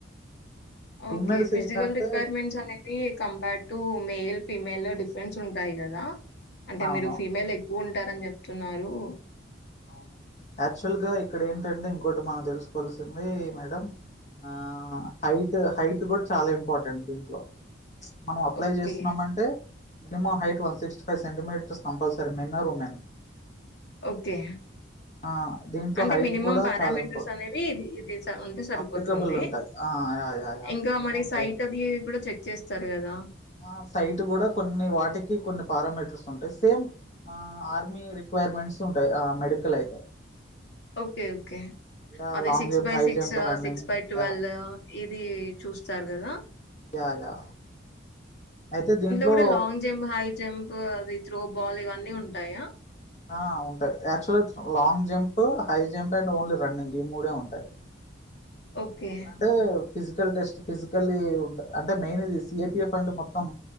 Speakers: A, on the left (about 60°); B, on the left (about 35°).
A: ఓకె
B: ఫీమేల్స్
A: ఫిజికల్
B: ఏంటంటే
A: రిక్వర్మెంట్స్ అనేవి కంపేర్ టు మేల్ ఫీమేల్ లో డిఫరెన్స్ ఉంటాయి కదా అంటే
B: అవును
A: మీరు ఫీమెల్ ఎక్ ఉంటారని చెప్తున్నారు.
B: అవును యాక్చువల్గా ఇక్కడ ఏంటంటే ఇంకోటి మనం తెలుసుకోవాల్సింది మేడం ఆ హైట్ హైట్ కూడ చాలా ఇంపార్టెంట్ దీంట్లో మనం అప్లై
A: ఓకే.
B: చేస్తున్నాంమంటే minimum height one sixty five సె సెంటీమీటర్ స్తంభల్ సరి men or women
A: okay
B: ఆ దీంట్లో
A: అంటే
B: హైట్
A: మినిమం
B: కూడా
A: ప్యారామీటర్స్
B: చాలా ఇంపార్టెంట్
A: అనేవి ఇది ఇది ఉంటే సరిపోతుంది
B: అప్లికబుల్ ఉంటాయి ఆ యా యా యా
A: ఇంకా
B: మినిమం
A: మరి సైట్ అది కుడా చెక్ చేస్తారు కదా
B: ఆ సైట్ కూడా కొన్ని వాటికి కొన్ని పారామీటర్స్ ఉంటాయి. సేమ్ ఆ ఆర్మీ రిక్వైర్మెంట్స్ ఉంటాయి. ఆ మెడికల్ అయితే
A: ఓకె ఓకె
B: యా
A: అదే
B: long
A: six
B: jump
A: by
B: high
A: six
B: jump running
A: six by twelve
B: yeah
A: ఇది చూస్తారు కదా
B: యా యా అయితే దీంట్లో
A: గూడా లాంగ్ జంప్, హై జంప్ అవి త్రో బాల్ ఇవన్నీ ఉంటాయా?
B: ఆ ఉంటాయి యాక్చువల్గా long jump high jump and only running ఈ మూడే ఉంటాయి.
A: ఓకే.
B: ఈ మూడు అంటే ఫిజికల్ టెస్ట్ ఫిజికల్లి ఉంట అంటే మెయిన్ ఇది సిఏపిఎఫ్ ఫండ్ మొత్తం